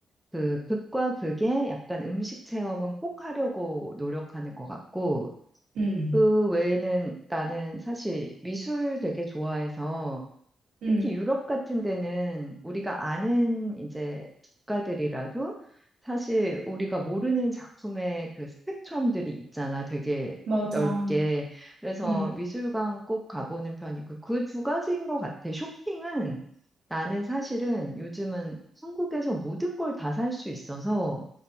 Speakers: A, in the centre; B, on the right (about 80°).
A: 그 극과 극의 약간 음식 체험은 꼭 하려고 노력하는 것 같고
B: 음.
A: 그 외에는 나는 사실 미술 되게 좋아해서
B: 음.
A: 특히 유럽 같은 데는 우리가 아는 이제 작가들이라도 사실 우리가 모르는 작품의 그 스펙트럼들이 있잖아. 되게
B: 맞아.
A: 넓게. 그래서
B: 음,
A: 미술관 꼭 가보는 편이고 그 두 가지인 것 같아. 쇼핑은 나는 사실은 요즘은 한국에서 모든 걸 다 살 수 있어서